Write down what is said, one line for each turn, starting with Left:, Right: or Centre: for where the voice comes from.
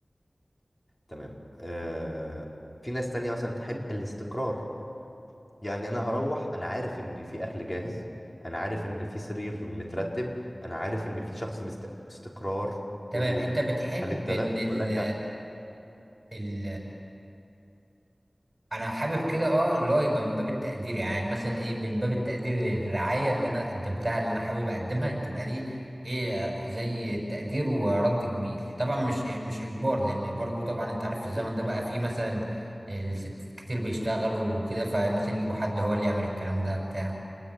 Left: تمام آه، في ناس تانية مثلا تحب الاستقرار يعني انا هروح انا عارف ان في اكل جاهز انا عارف ان في سرير مترتب انا عارف ان في شخص مست... استقرار
Right: تمام
Left: هدوء
Right: أنت بتحب
Left: هل انت
Right: إن
Left: ده
Right: ال
Left: ولا انت
Right: ال انا حابب كده اه اللي هو يبقى من باب التقدير يعني مثلا ايه من باب التقدير للرعاية اللي انا قدمتها اللي انا حابب اقدمها
Left: مم.
Right: تبقى دي ايه آه، زي تقدير ورد جميل طبعا مش مش اجبار لان برضو طبعا انت عارف في
Left: اكيد
Right: الزمن ده بقى
Left: اكيد
Right: فيه مثلا الستات كتير بيشتغلوا وكده فمثلا يجيبوا حد هو اللي يعمل الكلام ده بتاع